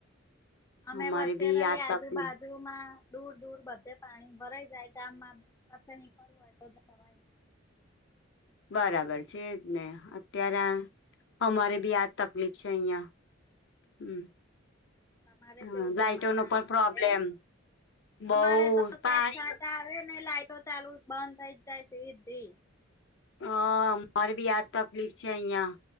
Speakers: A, on the left; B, on the left.
A: અમે
B: અમારે
A: વચ્ચે
B: બી
A: રહી
B: આ
A: આજ
B: તકલીફ
A: બાજુ માં દૂર દૂર બધે પાણી ભરાઈ જાય ગામમાં કસે નીકળવું હોય તો જવાઈ
B: બરાબર છે જ ને અત્ય્યારે અમારે બી આજ તકલીફ છે અહિયાં હમ
A: તમારે
B: હ
A: કેવું
B: લાઈટો
A: ઘરમાં
B: ન
A: પાણી
B: પણ પ્રોબ્લેમ
A: પડે
B: બહુ
A: અમારે તો સેજ
B: પાણી
A: છાંટા આવે નઈ લાઈટો ચાલુ બંધ થઇ જ જાય સીધી
B: હ મારે બી આજ તકલીફ છે અહિયાં